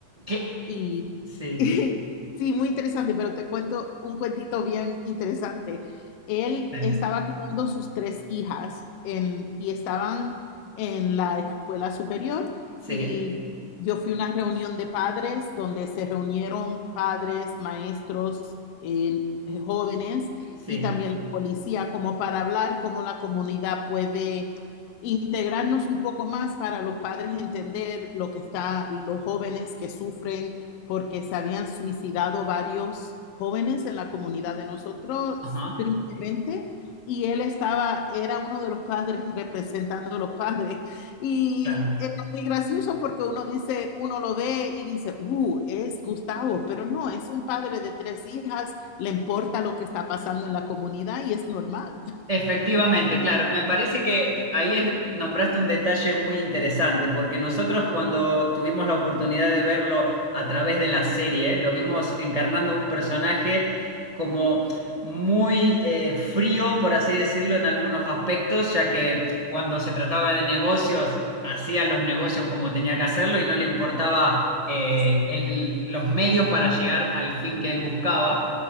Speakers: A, on the right (about 75°); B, on the left (about 80°).
A: ¿Qué?
B: Y
A: Sí.
B: <laughs> Sí, muy interesante, pero te cuento un cuentito bien interesante. Él
A: Dale.
B: estaba criando sus tres hijas en- y estaban en la escuela superior
A: Sí.
B: y yo fui a una reunión de padres donde se reunieron padres, maestros, eh, jóvenes
A: Sí.
B: y también la policía como para hablar cómo la comunidad puede integrarnos un poco más para los padres entender lo que está, los jóvenes que sufren porque se habían suicidado varios jóvenes en la comunidad de nosotros,
A: Ajá.
B: tristemente, y él estaba, era uno de los padres <laughs> representando a los padres. Y
A: Claro.
B: era muy gracioso porque uno dice, uno lo ve y dice, uh, es Gustavo, pero no, es un padre de tres hijas, le importa lo que está pasando en la comunidad y es normal.
A: Efectivamente, claro. Me parece que ahí es- nombraste un detalle muy interesante, porque nosotros cuando tuvimos la oportunidad de verlo a través de la serie, lo vimos encarnando un personaje como muy eh, frío, por así decirlo, en algunos aspectos, ya que cuando se trataba de negocios, hacía los negocios como tenía que hacerlo y no le importaba eh, el- los medios para llegar al fin que él buscaba.